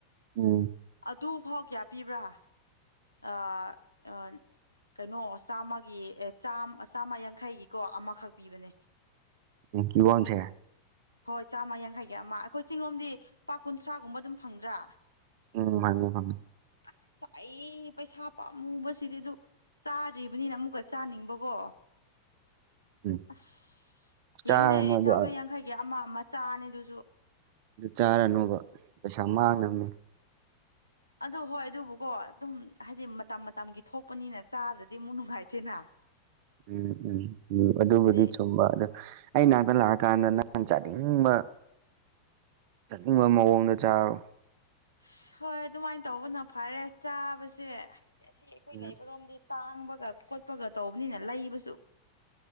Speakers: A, on the right; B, on the left.
A: ꯑꯣꯝ
B: ꯑꯗꯨꯐꯥꯎ ꯀꯌꯥ ꯄꯤꯕ꯭ꯔꯥ ꯑ ꯑ ꯀꯩꯅꯣ ꯆꯥꯝꯃꯒꯤ ꯑꯦ ꯆꯥ ꯆꯥꯝꯃ ꯌꯥꯡꯈꯩꯒꯤꯀꯣ ꯑꯃꯈꯛ ꯄꯤꯕꯅꯦ
A: ꯀ ꯀꯣꯁꯦ
B: ꯍꯣꯏ ꯆꯥꯝꯃ ꯌꯥꯡꯈꯩꯒꯤ ꯑꯃ ꯑꯩꯈꯣꯏ ꯆꯤꯡꯂꯣꯝꯗꯤ ꯄꯥ ꯀꯨꯟꯊ꯭ꯔꯥꯒꯨꯝꯕ ꯑꯗꯨꯝ ꯐꯪꯗ꯭ꯔꯥ
A: ꯎꯝ ꯍ ꯍ
B: ꯑ ꯑꯩ ꯑꯩ ꯄꯩꯁꯥ ꯄꯥꯝꯃꯨꯕꯁꯤꯗꯤ ꯑꯗꯨ ꯆꯥꯗ꯭ꯔꯤꯕꯅꯤꯅ ꯑꯃꯨꯛꯀ ꯆꯥꯅꯤꯡꯕꯀꯣ
A: ꯎꯝ
B: ꯑꯁ ꯌꯦꯡꯉꯨꯅꯦ
A: ꯆꯥꯔꯅꯨ ꯑꯗꯨ
B: ꯆꯥꯝꯃ ꯌꯥꯡꯈꯩꯒꯤ ꯑꯃ ꯑꯃ ꯆꯥꯅꯦ ꯑꯗꯨꯁꯨ
A: ꯑꯗꯨ ꯆꯥꯔꯅꯨꯕ ꯄꯩꯁꯥ ꯃꯥꯡꯅꯕꯅꯦ
B: ꯑꯗꯨ ꯍꯣꯏ ꯑꯗꯨꯕꯨꯀꯣ ꯑꯗꯨꯝ ꯍꯥꯏꯗꯤ ꯃꯇꯝ ꯃꯇꯝꯒꯤ ꯊꯣꯛꯄꯅꯤꯅ ꯆꯥꯕꯗꯗꯤ ꯑꯃꯨꯛ ꯅꯨꯡꯉꯥꯏꯇꯦꯅ
A: ꯎꯝ ꯎꯝ ꯎꯝ ꯑꯗꯨꯕꯨꯗꯤ
B: ꯍꯥꯏꯗꯤ
A: ꯆꯨꯝꯕ ꯑꯗꯨ ꯑꯩ
B: ꯍꯣꯏ
A: ꯉꯅꯥꯛꯇ ꯂꯥꯛꯑꯀꯥꯟꯗꯅ ꯆꯟꯖꯅꯤꯡꯕ ꯆꯠꯅꯤꯡꯕ ꯃꯑꯣꯡꯗ ꯆꯥꯔꯣ
B: ꯑꯁ ꯍꯣꯏ ꯑꯗꯨꯃꯥꯏꯅ ꯇꯧꯕꯅ ꯐꯔꯦ ꯆꯥꯕꯁꯦ ꯍꯥꯏꯗꯤ ꯑꯁꯤ ꯑꯩꯈꯣꯏ
A: ꯎꯝ
B: ꯂꯩꯕꯔꯣꯝꯗꯤ ꯇꯥꯡꯕꯒ ꯈꯣꯠꯄꯒ ꯇꯧꯕꯅꯤꯅ ꯂꯩꯕꯁꯨ